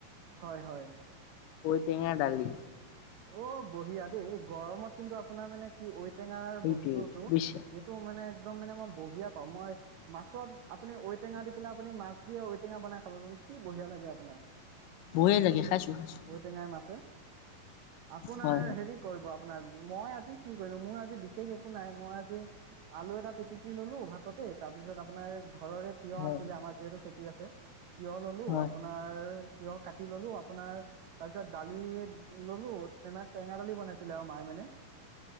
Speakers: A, on the right (about 85°); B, on the left (about 80°).
A: হয় হয়।
B: টেঙা দালি।
A: অ বঢ়িয়া দেই এই গৰমত কিন্তু আপোনাৰ মানে কি। ঔটেঙাৰ
B: সেইটোৱে
A: বস্তুটো
B: বুজিছে
A: এইটো মানে একদম মানে মই। বঢ়িয়া পাওঁ মই মাছত। আপুনি ঔটেঙা দি পেলাই আপুনি মাছদিয়ে। ঔটেঙা বনাই খাবচোন কি বৰিয়া লাগে আপোনাৰ।
B: ভয়ে লাগে খাইছো খাইছো।
A: ঔটেঙাই মাছে আপোনাৰ
B: হয় হয়।
A: হেৰি কৰিব। আপোনাৰ মই আজি কি কৰিলো মোৰ আজি বিশেষ একো নাই মই আজি আলু এটা পিটিকি ললো ভাততে তাৰপিছত আপোনাৰ। ঘৰৰে তিয়হ
B: হয়
A: আছিলে আমাৰ যিহেতু খেতি আছে। তিয়হ ললো
B: হয়
A: আপোনাৰ তিয়হ কাটি। ললো আপোনাৰ তাৰ পিছত দালি ললো। তমে টেঙা দালি বনাইছিলে আৰু মায়ে মানে।